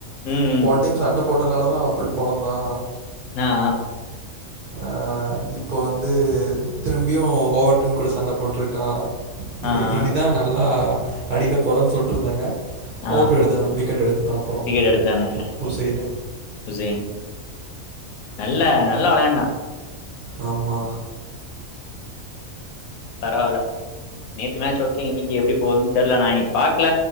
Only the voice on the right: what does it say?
போண
டைம் சண்ட போட் போட்டனால தான் அப்படி பொலந்தா
ஆ இப்போ வந்து திரும்பியும் ஓவர்டன் கூட சண்ட போட்டிருக்கா
இ
இனிதான் நல்லா அடிக்க போறேன்னு சொல்ட்டு ருந்தாங்க அவுட்
எடுத்ததுனா
விக்கெட் எடுத்துட்டா அப்பொறோ
ஹுசைன்னு
ஆமா